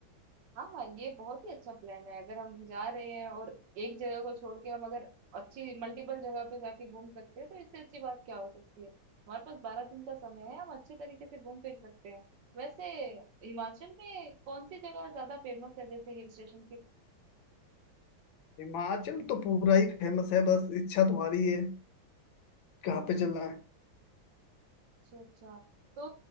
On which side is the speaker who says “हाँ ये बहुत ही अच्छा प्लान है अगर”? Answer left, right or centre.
Right